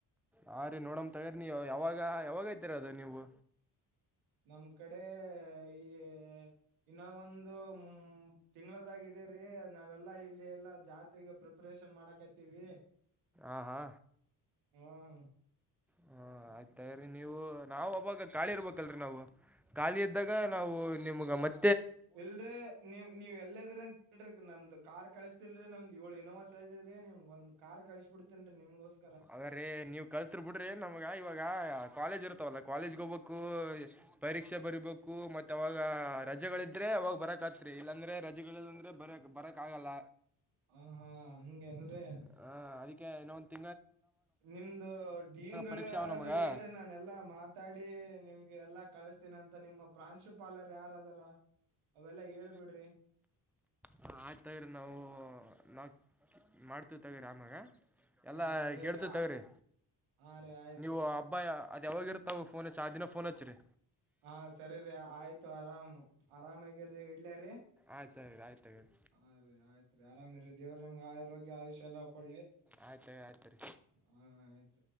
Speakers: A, in the centre; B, on the right (about 80°).
A: ಹಾ ರೀ ನೋಡಮ್ ತಗಾರಿ ನೀ ಯಾವಾಗ ಯಾವಾಗ ಐತರಿ ಅದು ನೀವು
B: ನಮ್ ಕಡೇ ಈ ಇನ್ನಾ ಒಂದು ಮು ತಿಂಗ್ಳುದಾಗೆ ಇದೆ ರಿ ನಾವೆಲ್ಲಾ ಇಲ್ಲಿ ಎಲ್ಲಾ ಜಾತ್ರೆಗೆ ಪ್ರಿಪರೇಷನ್ ಮಾಡಕತ್ತಿವಿ
A: ಆ ಹಾ
B: ಹ್ಮೂ
A: ಹ್ಮಾ ಆಯ್ತ್ ತಗೋರಿ ನೀವು ನಾವ್ ಹೋಬೇಕು ಕಾಳಿ ಇರ್ಬೇಕಲ್ರಿ ನಾವು ಖಾಲಿ ಇದ್ದಾಗ ನಾವು ನಿಮ್ಗ ಮತ್ತ್
B: ಇಲ್ರಿ ನಿಮ್ ನೀವ ಎಲ್ಲಅದಿರ ಅಂತೇಳ್ರಿ ನಮ್ದು ಕಾರ್ ಕಳ್ಸುತೀನ್ರಿ ನಮ್ದು ಏಳು ಇನೋವಾ ಸೈಜೊ ಇದೆ ನಿಮ್ಗ ಒಂದು ಕಾರ್ ಕಳ್ಸುಬಿಡ್ತನ್ರಿ ನಿಮಗೋಸ್
A: ಅಲ್ಲರೀ ನೀವ್ ಕಳುಸ್ತಿರ ಬಿಡ್ರಿ ನಮ್ಗ ಇವಾಗ ಕಾಲೇಜ್ ಇರ್ತವಲ್ಲ ಕಾಲೇಜ್ಗೆ ಹೋಗ್ಬೇಕೂ ಪರೀಕ್ಷೆ ಬರಿಬೇಕು ಮತ್ ಅವಾಗ ರಜೆಗಳಿದ್ರೆ ಅವಾಗ ಬರಕಾತ್ರಿ ಇಲ್ಲಾಂದ್ರೆ ರಜೆಗಳಿಲ್ಲ ಅಂದ್ರೆ ಬರಕ್ ಬರಕ್ಕ ಆಗಲ್ಲ
B: ಹ ಹಾ ಹಂಗೆ ಹಂಗೆ
A: ಹಾ ಅದಿಕ್ಕೆ ಇನ್ನೊಂದ್ ತಿ
B: ನಿಮ್ದೂ ಡೀನ್ ಗಳ
A: ಪರೀಕ್ಷೆ
B: ಯಾರಾದ್ರೂ
A: ಅವ ನಮಗೆ
B: ಹೇಳ್ರಿ ನಾನೆಲ್ಲಾ ಮಾತ್ ತಾಡಿ ನಿಮ್ಗೆ ಎಲ್ಲಾ ಕಳಸ್ತೀನಅಂತ ನಿಮ್ಮ ಪ್ರಾಂಶುಪಾಲರ್ ಯಾರದಾರ ಅವೆಲ್ಲಾ ಹೇಳುಬಿಡ್ರಿ
A: ಹ ಆಯ್ತ್ ತಗೋರಿ ನಾವೂ ನಾವ್ ಮಾಡ್ತಿ ತಗೋರಿ ಆಮಾಗ ಎಲ್ಲಾ
B: ಹ ಸರಿ
A: ಕೇಳ್ತವ್
B: ರೀ
A: ತಗೋರಿ
B: ಹಾ ರೀ ಆಯ್ತ್ರಿ
A: ನೀವು ಹಬ್ಬ ಅ ಅದ ಯಾವಾಗ ಇರುತ್ತೊ ಫೋನ್ ಹಚ್ಚಿ ಆ ದಿನ ಫೋನ್ ಹಚ್ರಿ
B: ಹಾ ಸರಿರಿ ಆಯ್ತು ಆರಾಮು ಆರಾಮಗಿರ್ರಿ ಇಡ್ಲಾ ರಿ
A: ಆಯ್ತ್ ಸರಿ ರಿ ಆಯ್ತ್ ತಗೊರಿ
B: ಹಾ ರಿ ಆಯ್ತ್ ರಿ ಆರಾಮಿರಿ ದೇವ್ರ ನಿಮ್ಗ್ ಆರೋಗ್ಯ ಆಯುಷ್ಯ ಎಲ್ಲ ಕೊಡ್ಲಿ
A: ಆಯ್ತ್ ತಗೊ ಆಯ್ತ್ ರಿ
B: ಹಾ ಆಯ್ತ